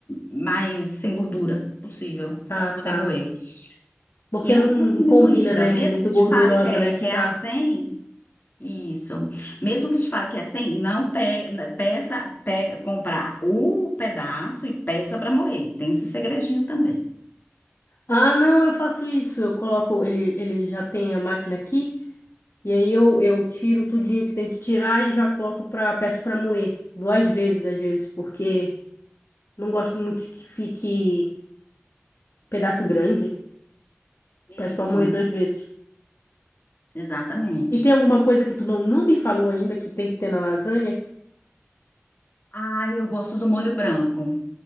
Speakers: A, on the left; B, on the left.
A: mais sem gordura possível,
B: Ah,
A: pra poder
B: tá.
A: moer.
B: Porque
A: E não
B: não
A: fica tudo
B: combina,
A: moída,
B: né?
A: mesmo
B: Muito
A: que
B: gordurosa,
A: te fale que é,
B: né? Ficar.
A: que é a 100, isso. Mesmo que te fale que é a 100, não pe, né, peça, pega, comprar o pedaço e peça para moer. Tem esse segredinho também.
B: Ah, não, eu faço isso. Eu coloco, ele, ele já tem a máquina aqui, e aí eu, eu tiro tudinho que tem que tirar e já coloco pra, peço pra moer. Duas vezes, às vezes, porque não gosto muito que fique pedaço grande.
A: Isso,
B: Peço pra moer duas vezes.
A: exatamente.
B: E tem alguma coisa que tu não, não me falou ainda que tem que ter na lasanha?
A: Ah, eu gosto do molho branco,